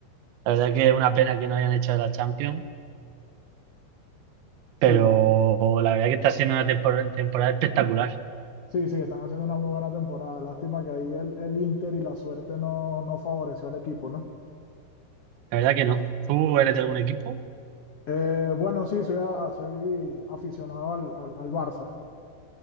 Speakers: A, on the right (about 75°); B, on the left (about 80°).
A: La verdad que es una pena que no hayan hecho la Champions,
B: Sí,
A: pero
B: va-
A: la verdad que está siendo una tempor- temporada, espectacular.
B: sí, sí, están haciendo una muy buena temporada. Lástima que ahí el, el Inter y la suerte no, no favoreció al equipo, ¿no?
A: La verdad que no. ¿Tú eres de algún equipo?
B: Eh, bueno, sí, soy, a- soy aficionado al, al al Barça.